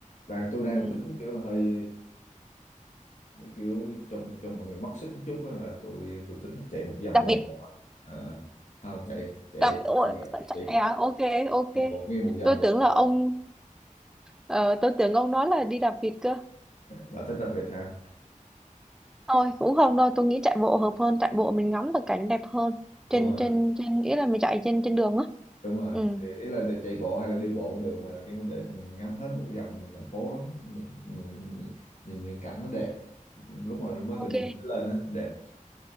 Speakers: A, on the left; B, in the centre.
A: và tôi đang
B: ừ.
A: tính kiểu hơi kiểu cho cho mọi người mất sức một chút á là tôi tôi tính chạy một vòng
B: đặc
A: bờ
B: biệt
A: hồ à, không chạy chạy
B: đặc ôi,
A: chạy,
B: trời
A: chạy
B: ạ, ok ok
A: bộ nguyên một vòng
B: tôi
A: bờ
B: tưởng là
A: hồ
B: ông ờ, tôi tưởng ông nói là đi đạp vịt cơ
A: bà thích đặc biệt hả
B: thôi cũng không đâu tôi nghĩ chạy bộ hợp hơn chạy bộ mình ngắm được cảnh đẹp hơn trên
A: đúng rồi
B: trên trên nghĩa là mình chạy trên trên đường á
A: đúng rồi
B: ừ.
A: thì ý là chạy bộ hay là đi bộ cũng được mà kiểu để mình ngắm hết một vòng thành phố á. nhìn nhìn nhìn, nhìn những cảnh nó đẹp lúc mà mới bình
B: ok
A: minh nó lên á đẹp